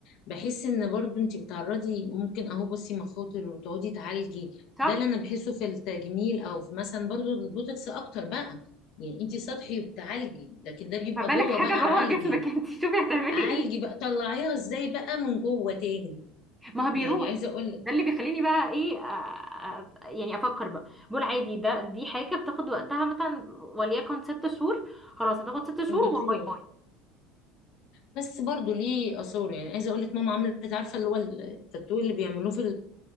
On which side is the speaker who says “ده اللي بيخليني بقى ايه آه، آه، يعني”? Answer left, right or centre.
Centre